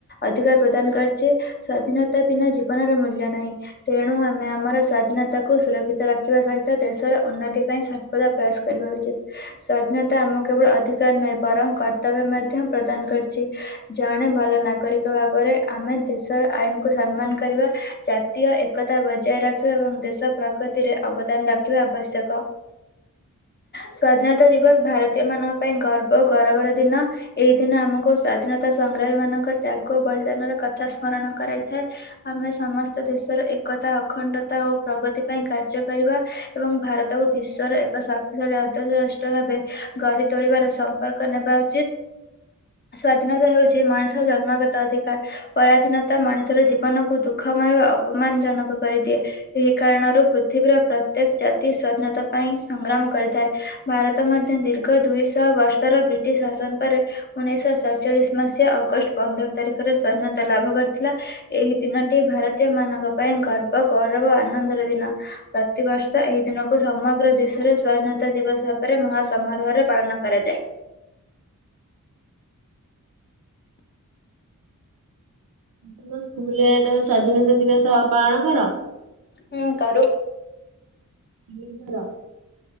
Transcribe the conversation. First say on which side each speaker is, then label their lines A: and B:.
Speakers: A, on the left (about 30°); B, on the right (about 85°).
A: ଅଧିକାର ପ୍ରଦାନ କରିବା ସ୍ଵାଧୀନତା ବିନା ଜୀବନର ମୂଲ୍ୟ ନାହିଁ। ତେଣୁ ଆମେ ଆମର ସ୍ଵାଧୀନତାକୁ ସୁରକ୍ଷିତ ରଖିବା ସହିତ ଦେଶର ଉନ୍ନତି ପାଇଁ ସର୍ବଦା ପ୍ରୟାସ କରିବା ଉଚିତ ସ୍ୱାଧୀନତା ଆମ କେବଳ ଅଧିକ ନୁହେଁ ବରଂ କର୍ତ୍ତବ୍ୟ ମଧ୍ୟ ପ୍ରଦାନ କରିଛି ଜଣେ ଭଲ ନାଗରିକ ଭାବରେ ଆମେ ଦେଶର ଆଇନକୁ ସମ୍ମାନ କରିବା ଜାତୀୟ ଏକତା ବଜାୟ ରଖିବା ଏବଂ ଦେଶ ପ୍ରଗତି ସେଥିରେ ଅବଦାନ ରଖିବା ଆବଶ୍ୟକ।
B: <inaudible>
A: ସ୍ଵାଧୀନତା ଦିବସ ଭାରତୀୟ ମାନଙ୍କ ପାଇଁ ଗର୍ବ ଗୌରବର ଦିନ। ଏଇ ଦିନ ଆମକୁ ସ୍ଵାଧୀନତା- ତଥା ସଂଗ୍ରାମୀ ମାନଙ୍କ ତ୍ୟାଗ ବଳିଦାନର କଥା ସ୍ମରଣ କରାଇଥାଏ। ଆମେ ସମସ୍ତ ଦେଶର- ଏକତା ଅଖଣ୍ଡତା ଓ ପ୍ରଗତି ପାଇଁ କା- ର୍ଯ୍ୟ କରିବା ଏବଂ ଭାରତକୁ ବିଶ୍ୱର ଏକ ଶକ୍ତିଶାଳୀ ଗଣତାନ୍ତ୍ରିକ ରାଷ୍ଟ୍ର ଭାବେ ଗଢି ତୋଳିବାର ଶପଥ ନେବା ଉଚିତ। ସ୍ଵାଧୀନତା ହେଉଛି ମଣିଷର ଜନ୍ମଗତ ଅଧିକାର। ପରାଧୀନତା ମଣିଷର ଜୀବନକୁ ଦୁଃଖ- ସମୟ ଅପମାନ ଜନକ କରିଦିଏ ଏହି କାରଣରୁ- ପୃଥିବୀର ପ୍ରତ୍ୟେକ ଜାତି ସ୍ଵାଧୀନତା ପାଇଁ ସଂଗ୍ରାମ କରିଥାଏ।। ଭାରତ ମଧ୍ୟ ଦୀର୍ଘ ଦୁଇ ଶ ବର୍ଷର ବ୍ରିଟିଶ ଶାସନ ପରେ ଉଣେଇଶି ଶହ ସତ ଚାଳିଶ ମସିହା ଅଗଷ୍ଟ ପନ୍ଦର ତାରିଖରେ ସ୍ୱାଧୀନତା ତା ଲାଭ କରିଥିଲା ଏହି ଦିନଟି ଭାରତୀୟ ମାନଙ୍କ ପାଇଁ ଗର୍ବ ଗୌରବ ଆନନ୍ଦର ଦିନ। ପ୍ରତିବର୍ଷ ଏହି ଦିନକୁ ସମଗ୍ର ଦେଶରେ ସ୍ଵାଧୀନତା ଦିବସ ଭାବରେ ମହା ସମମାରୋହରେ ପାଳନ କରାଯାଏ
B: <inaudible> ତମ ସ୍କୁଲରେ ତମେ ସ୍ଵାଧୀନତା ଦିବସ ପାଳନ କର?
A: ହୁଁ କରୁ।
B: କିମିତି କର?